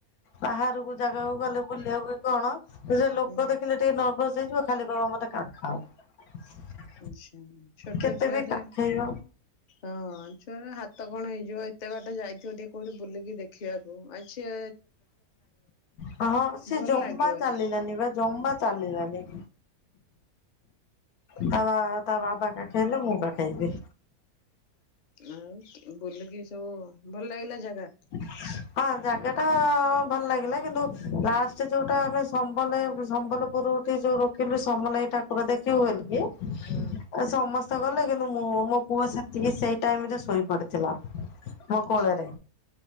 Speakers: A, on the left; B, on the left.
A: ବାହାରକୁ ଜାଗାକୁ ଗଲେ ବୁଲିବାକୁ କଣ? ସେ ଲୋକ
B: ହୁଁ
A: ଦେଖିଲେ ଟିକେ ନର୍ଭସ ହେଇଯିବ ଖାଲି କ ମତେ କାଖାଅ।
B: ଆଛା ଛୋଟଛୁଆ
A: କେତେ ବି
B: ଟିକେ।
A: କାଖେଇବ
B: ହଁ ଛୁଆ ହାତ କଣ ହେଇଯିବ ଏତେ ବାଟ ଯାଇଥିବ ଟିକେ କୋଉଠି ବୁଲିକି ଦେଖିବାକୁ ଆଛା
A: ହଁ ସେ
B: ଭଲ
A: ଜମା
B: ଲାଗିବନି।
A: ଚାଲିଲାନି ବା ଜମା ଚାଲିଲାନି। ତା ବା ତା ବାବା କାଖେଇଲେ ମୁଁ କାଖେଇଲି।
B: ଆଉ ବୁଲିକି ସବୁ ଭଲ ଲାଗିଲା ଜାଗା?
A: <inaudible> ହଁ ଜାଗାଟା ଭଲ ଲାଗିଲା କିନ୍ତୁ ଲାଷ୍ଟ ଯୋଉଟା ଆମେ ସମ୍ବଲେ ସମ୍ବଲପୁର ଯୋଉ ରଖିଲୁ ସମଲାଇ ଠାକୁର ଦେଖିବୁ ବୋଲିକି
B: ହୁ।
A: ସମସ୍ତେ ଗଲେ କିନ୍ତୁ ମୁଁ ମୋ ପୁଅ ସେତିକି ସେଇ ଟାଇମରେ ଶୋଇ ପଡିଥିଲା। ମୋ
B: ଆଛା।
A: କୋଳରେ